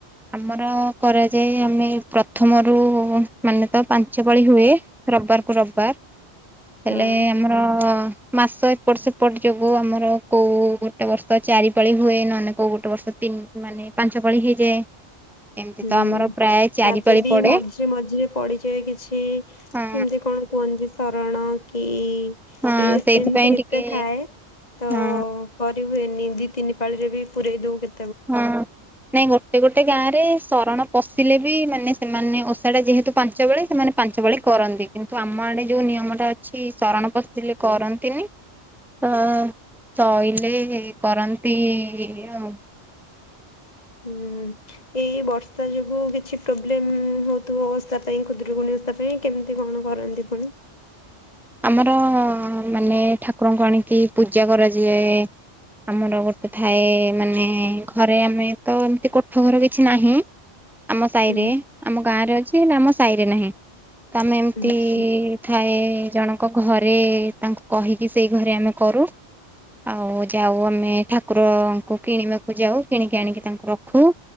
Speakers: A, in the centre; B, on the left (about 35°).
A: ଆମର କରାଯାଏ ଆମେ ପ୍ରଥମରୁ ମାନେ ତ ପାଞ୍ଚ ପାଳି ହୁଏ। ରବ୍ ବାର୍ କୁ ରବ୍ ବାର୍ ହେଲେ
B: ହଁ।
A: ଆମର ମାସ ଏପଟ୍ ସେପଟ୍ ଯୋଗୁ ଆମର କୋଉ ଗୋଟେ ବର୍ଷ ଚାରିପଳି ହୁଏ। ନହେନେ କୋଉ ଗୋଟେ ବର୍ଷ ତିନ୍ ‍‍ମାନେ ପାଞ୍ଚ ପଳି ହେଇଯାଏ। ଏମିତି
B: ହୁଁ
A: ତ ଆମର ପ୍ରାୟ ଚାରି
B: ତାପରେ
A: ପାଳି
B: ବି
A: ପଡେ
B: ମଝିରେ ମଝିରେ ପଡିଯାଏ କିଛି
A: ହଁ
B: ଏମିତି କଣ୍। କୁହନ୍ତି ଶରଣ କି
A: ହଁ
B: ଇଏ
A: ସେଇଥିପାଇଁ
B: ସେମ୍ ତି କେତେ
A: ଟିକେ
B: ଥାଏ ତ
A: ହଁ
B: କ ହୁଏନି ଦି ତିନି ପାଳି ରେ ବି ପୁରଇ ଦୋଉ କେ
A: ହୁଁ। ନାଇଁ ଗୋଟେ ଗୋଟେ ଗାଁ ରେ ଶରଣ ପଶିଲେ ବି ମାନେ ସେମାନେ ଓଷାଟା ଯେହେତୁ ପାଞ୍ଚ ବେଳେ ସେମାନେ ପାଞ୍ଚ ଭଳି କରନ୍ତି କିନ୍ତୁ ଆମ ଆଡେ ଯୋଉ ନିୟମ ଟା ଅଛି ଶରଣ ପଶିଲେ କରନ୍ତିନି। ତ ଶୋଇିଲେ କରନ୍ତି ଆଉ
B: ହୁଁ। ଏଇ ବର୍ଷା ଯୋଗୁ କିଛି ପ୍ରୋବ୍ଲେମ୍ ହୋଉଥୁବ ଓସା ପାଇଁ ଖୁ ଦୁରୀକୁଣି ଓଷା ପାଇଁ କେମିତି କଣ କରନ୍ତି ଫୁଣି
A: ଆମର ମାନେ ଠାକୁରଙ୍କୁ ଆଣିକି ପୂଜା କରାଯାଏ। ଆମର ଗୋଟେ ଥାଏ ମାନେ ଘରେ ଆମେ ତ ଏମିତି କୋଠ ଘର କିଛି ନାହିଁ। ଆମ ସାଇରେ
B: ହୁଁ।
A: ଆମ ଗାଁ ରେ ଅଛି ହେଲେ ଆମ ସାଇରେ ନାହିଁ ତ ଆମେ ଏମିତି
B: ଆଚ୍ଛା।
A: ଇ ଥାଏ ଜଣଙ୍କ ଘରେ ତାଙ୍କୁ କହିକି ସେଇ ଘରେ ଆମେ କରୁ। ଆଉ ଯାଉ ଆମେ ଠାକୁରଙ୍କୁ କିଣିବାକୁ ଯାଉ କିଣିକି ଆଣିକି ତାଙ୍କୁ ରଖୁ।